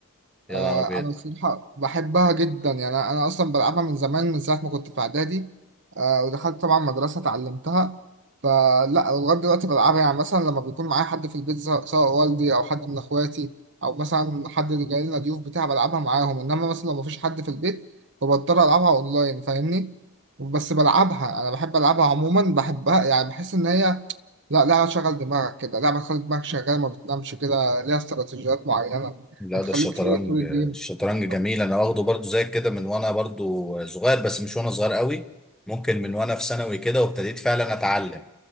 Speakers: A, in the centre; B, on the right.
A: يا
B: آه،
A: نهار أبيض
B: انا الصراحه بحبها جدا يعني انا أنا اصلا بلعبها من زمان من ساعه ما كنت في اعدادي آه، ودخلت طبعا مدرسه اتعلمتها فلا لغايه دلوقتي بلعبها يعني مثلا لما بيكون معايا حد في البيت سواء سواء والدي او حد من اخواتي او مثلا حد اللي جاي لنا ضيوف بتاع بلعبها معاهم انما مثلا لو مفيش حد في البيت فبضطر العبها اونلاين فاهمني بس بلعبها انا بحب العبها عموما بحبها يعني بحس ان هي لا لعبه شغل دماغك كده لعبه تخلي دماغك شغاله ما بتنامش كده ليها استراتيجيات معينه
A: لا
B: هتخليك
A: ده الشطرنج
B: فايق طول الجيم
A: الشطرنج جميل
B: أو-
A: انا واخده برضو زي كده من وانا برضو صغير بس مش وانا صغير قوي ممكن من وانا في ثانوي كده وابتديت فعلا اتعلم